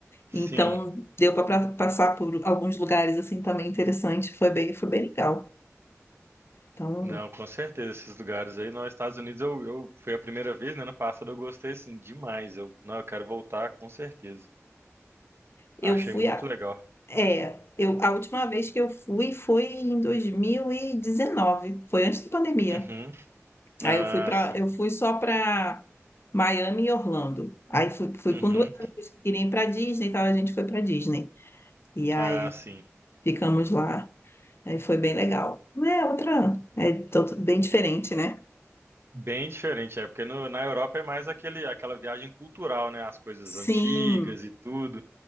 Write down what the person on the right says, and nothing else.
sim.
Não, com certeza, esses lugares aí. Nos Estados Unidos eu, eu foi a primeira vez, né? Ano passado eu gostei assim demais. Eu, não, eu quero voltar com certeza.
Achei
muito
legal.
Uhum. Ah,
sim.
Uhum.
Ah, sim.
Bem diferente, é porque no- na Europa é mais aquele, aquela viagem cultural, né? As coisas
antigas e tudo.